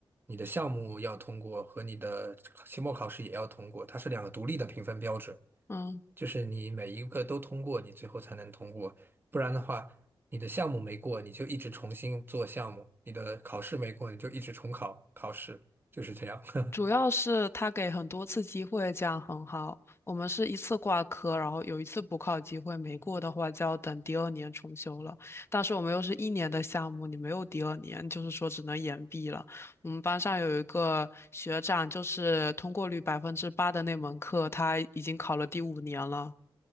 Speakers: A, on the right; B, on the left.
A: 你的项目要通过和你的期末考试也要通过，它是两个独立的评分标准。
B: 嗯。
A: 就是你每一个都通过，你最后才能通过，不然的话，你的项目没过，你就一直重新做项目；你的考试没过，你就一直重考考试，就是这样。<laughs>
B: 主要是他给很多次机会，这样很好。我们是一次挂科，然后有一次补考机会，没过的话就要等第二年重修了。但是我们又是一年的项目，你没有第二年，就是说只能延毕了。我们班上有一个学长，就是通过率百分之八的那门课，他已经考了第五年了。